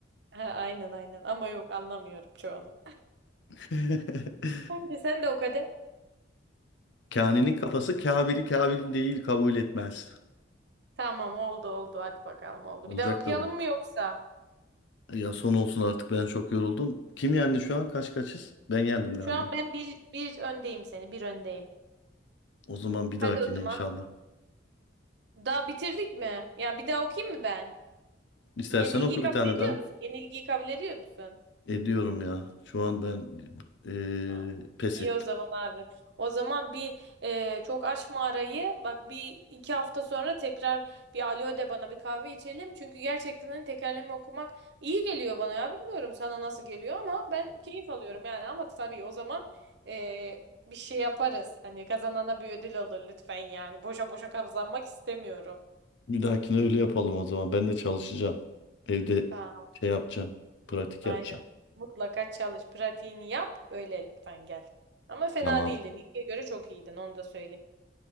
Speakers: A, on the right (about 60°); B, on the left (about 65°).
A: Ha, aynen aynen ama yok anlamıyorum çoğunu.
B: <laughs>
A: Aynen sen de oku hadi.
B: Kani'nin kafası Kabil'i Kabil değil kabul etmez.
A: Tamam oldu oldu hadi bakalım oldu.
B: Olacak
A: Bir daha okuyalım
B: tabii.
A: mı yoksa?
B: Ya son olsun artık ben çok yoruldum. Kim yendi şu an? Kaç kaçız? Ben yendim galiba.
A: Şu an ben bir, bir öndeyim seni. Bir öndeyim.
B: O zaman bir
A: Hadi
B: dahakine
A: o zaman.
B: inşallah.
A: Daha bitirdik mi? Ya bir daha okuyayım mı ben?
B: İstersen
A: Yenilgiyi
B: oku
A: kabul
B: bir tane
A: ediyor
B: daha.
A: musun? Yenilgiyi kabul ediyor musun?
B: Ediyorum ya. Şu an ben eee,
A: Aa,
B: pes
A: İyi
B: ettim.
A: o zaman abi. O zaman bir e, çok açma arayı. Bak bir iki hafta sonra tekrar bir alo de bana bir kahve içelim. Çünkü gerçekten hani tekerleme okumak iyi geliyor bana ya. Bilmiyorum sana nasıl geliyor ama ben keyif alıyorum yani. Ama tabii o zaman e, bir şey yaparız. Hani kazanana bir ödül olur lütfen yani. Boşa boşa kazanmak istemiyorum.
B: Bir dahakine öyle yapalım o zaman. Ben de çalışacağım. Evde
A: Ha,
B: şey yapacağım. Pratik
A: aynen.
B: yapacağım.
A: Mutlaka çalış. Pratiğini yap. Öyle lütfen gel. Ama fena
B: Tamam.
A: değildin. İlkiye göre çok iyiydin. Onu da söyleyeyim.